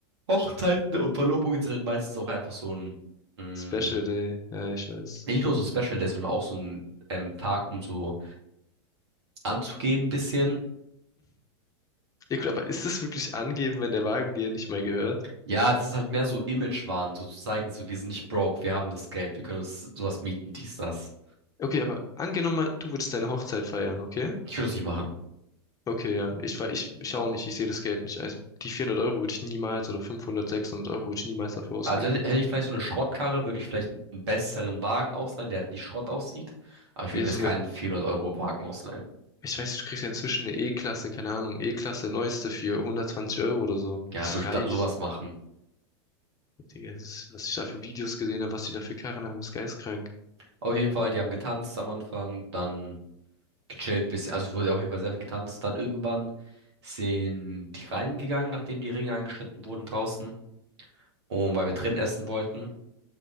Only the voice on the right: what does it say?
Hochzeiten und Verlobungen sind halt meistens auch einfach so ein, mh,
nicht nur so ein Special Day, sondern auch so ein ähm, Tag, um so anzugeben bisschen.
Ja, das ist halt mehr so Image-Wahn, so zu zeigen, so wir sind nicht broke, wir haben das Geld, wir können uns sowas mieten, dies, das.
Ich würde das nicht machen.
Also hätte hätte ich vielleicht so eine Schrottkarre, würde ich vielleicht einen besseren Wagen ausleihen, der halt nicht Schrott aussieht. Aber ich
würde
jetzt keinen
400-Euro-Wagen ausleihen.
Ja,
würde ich
da sowas machen.
Auf jeden Fall, die haben getanzt am Anfang, dann gechillt bisschen. Also es wurde auf jeden Fall sehr viel getanzt. Dann irgendwann sind die reingegangen, nachdem die Ringe angeschnitten wurden draußen. Und weil wir drin essen wollten.